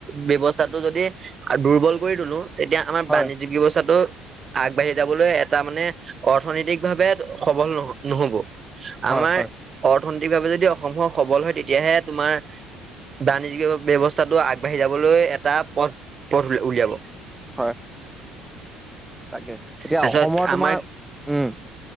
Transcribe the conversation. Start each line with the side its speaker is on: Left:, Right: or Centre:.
Right: ব্যৱস্থা টো যদি দুৰ্বল কৰি তোলো তেতিয়া আমাৰ
Centre: হয়
Right: বাণিজ্যিক ব্যৱস্থাটো আগবাঢ়ি যাবলৈ এটা মানে অৰ্থনৈতিক ভাৱে সবল নহ- নহব,
Centre: হয়
Right: আমাৰ
Centre: হয়
Right: অৰ্থনৈতিক ভাৱে যদি অসমৰ সবল হয় তেতিয়াহে তোমাৰ বাণিজ্যিয় ব্যৱস্থাটো আগবাঢ়ি যাবলৈ এটা পথ পথ উলিয়াব।
Centre: হয়। তাকে এতিয়া
Right: তাৰপিছত
Centre: অসমৰ তোমাৰ,
Right: আমাৰ
Centre: উম।